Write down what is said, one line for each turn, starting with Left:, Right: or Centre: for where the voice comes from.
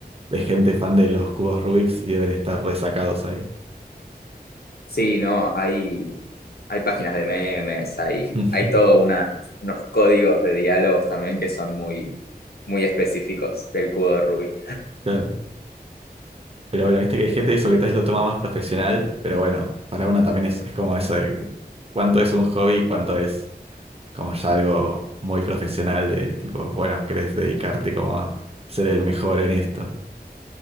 Right: de gente fan de los cubos Rubik's y deben estar resacados ahí.
Left: Sí, no, hay, hay páginas de memes, hay,
Right: <laughs>
Left: hay todo una, unos códigos de diálogos también que son muy, muy específicos del cubo de Rubik.
Right: Claro. Pero bueno, viste que hay gente eso que tal vez lo toma más profesional, pero bueno, para uno también es, es como eso de cuánto es un hobby y cuánto es. como ya algo muy profesional de tipo, bueno, querés dedicarte como a ser el mejor en esto.